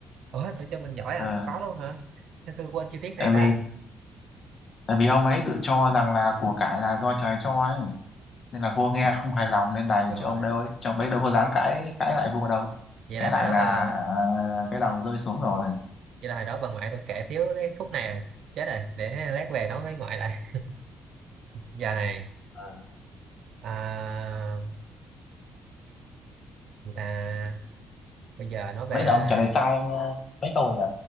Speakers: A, on the right; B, on the left.
A: ủa tự cho mình giỏi
B: ờ,
A: à có luôn hả Thế tôi quên chi tiết
B: tại
A: này ta
B: vì tại vì ông ấy tự cho rằng là của cải là do trời cho ấy nên là vua nghe không hài lòng nên đày
A: rồi
B: chứ ông đâu ấy chứ ông ấy đâu có dám cãi cãi lại vua đâu
A: vậy
B: cãi
A: là hồi
B: lại
A: đó
B: là
A: bà
B: à, cái đầu rơi xuống rồi
A: vậy là hồi đó bà ngoại tôi kể thiếu cái khúc này rồi chết rồi để lát về nói với ngoại lại <laughs> giờ này
B: ờ.
A: à, người ta bây giờ nói về
B: nãy giờ ông trả lời sai mà. mấy câu nhỉ